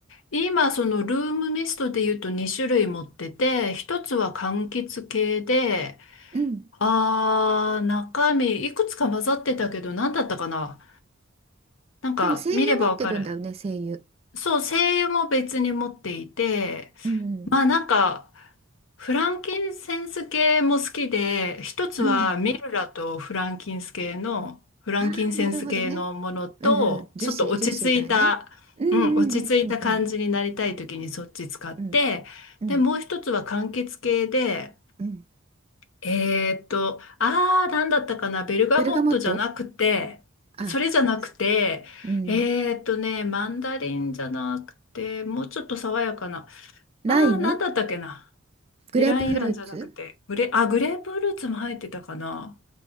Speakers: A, on the left (about 75°); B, on the right (about 30°).
A: 今、そのルームミストで言うと2種類持ってて、一つは柑橘系で、
B: うん
A: あー、中身いくつか混ざってたけど、何だったかななんか見ればわかる。
B: でも精油持ってるんだよね精油
A: そう、精油も別に持っていて、
B: うん
A: まあなんか、フランキンセンス系も好きで、一つはミルラとフランキンス系の、
B: うんうん
A: フランキンセンス系のものと、
B: ああーなるほどねうんうん樹脂樹脂だねうんう
A: ちょっと落ち着いた、うん、落ち着いた感じになりたい時にそっち使って、
B: んうんうんうんうんうん
A: で、もう一つは柑橘系で、
B: うん
A: えーっと、あー、なんだったかな、ベルガボットじゃなくて、
B: ベルガモットあ
A: それじゃなくて、
B: うん
A: えーっとね、マンダリンじゃなくて、もうちょっと爽やかな、
B: ライム
A: あー、なんだったっけな。
B: グレープフルーツ
A: イランイランじゃなくて、グレ、あ、グレープフルーツも入ってたかな。